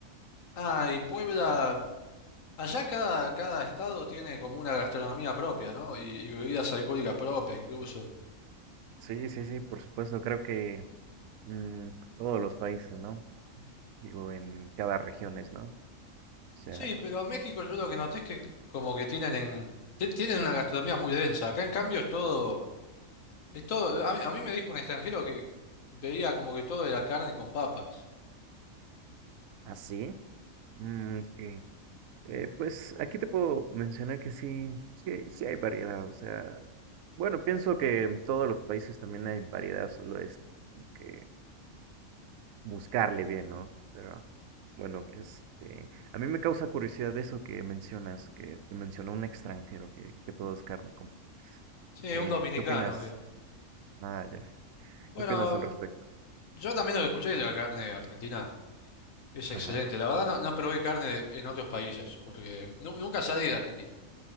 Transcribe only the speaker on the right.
Sí, sí, sí, por supuesto. Creo que mm, todos los países, ¿no? Digo, en cada región, ¿no? O sea,
así. Mm, ok. Eh, pues aquí te puedo mencionar que sí, sí, sí hay variedad. O sea. Bueno, pienso que en todos los países también hay variedad, solo es como que buscarle bien, ¿no? Pero bueno, este, a mí me causa curiosidad eso que mencionas, que que mencionó un extranjero que, que todo es carne. como
que-
¿qué opinas?
Ah, ya.
¿Qué opinas al respecto?
Ajá.